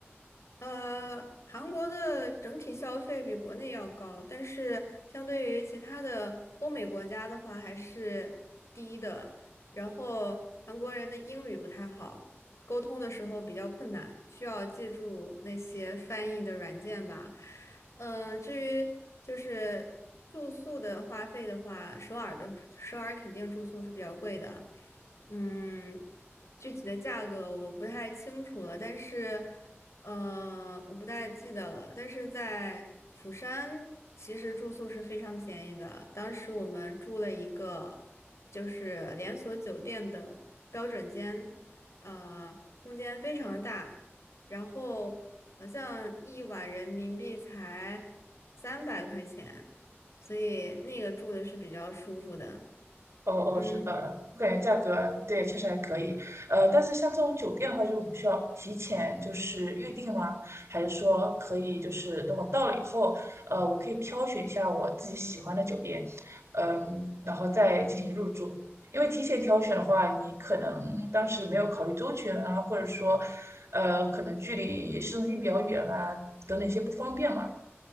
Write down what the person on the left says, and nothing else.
呃，韩国的整体消费比国内要高，但是相对于其他的欧美国家的话还是低的。然后韩国人的英语不太好，沟通的时候比较困难，需要借助那些翻译的软件吧。嗯，至于就是住宿的花费的话，首尔的首尔肯定住宿是比较贵的。嗯，具体的价格我不太清楚了，但是。呃，我不太记得了，但是在釜山，其实住宿是非常便宜的。当时我们住了一个就是连锁酒店的标准间，呃，空间非常大，然后好像一晚人民币才三百块钱，所以那个住的是比较舒服的。
嗯。